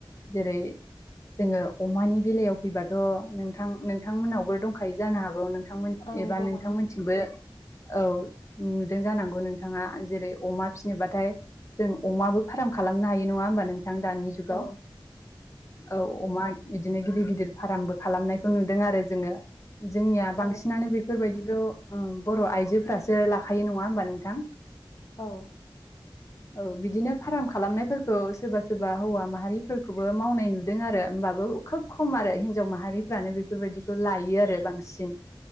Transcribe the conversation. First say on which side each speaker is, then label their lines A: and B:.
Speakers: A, on the left (about 35°); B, on the left (about 55°).
A: जेरै जोङो अमानि बेलायाव फैबाथ' नोंथां नोंथां मोनावबो दंखायो जानो हागौ। नोंथां मोन
B: औ
A: एबा
B: दङ
A: नोंथां मोनथिंबो औ नुदों जानांगौ नोंथाङा जेरै अमा फिनोबाथाय जों अमाबो फार्म खालामनो हायो नङा होमबा नों थां दानि जुगाव
B: औ
A: औ अमा गि बिदिनो गिदिर गिदिर फार्मबो खालामनायखौ नुदों आरो जोङो जोंनिया
B: औ
A: बांसिनानो बेफोरबायदि बेखौ बर' आइजोफ्रासो लाखायो नङा होमबा नोंथां
B: औ
A: औ बिदिनो फार्म खालामनायफोरखौ सोरबा- सोरबा हौवा माहारि फोरखौबो मावनाय नुदों आरो होमबाबो खोब खम आरो हिन्जाव माहारिफ्रानो बेफोरबायदिखौ लायो आरो बांसिन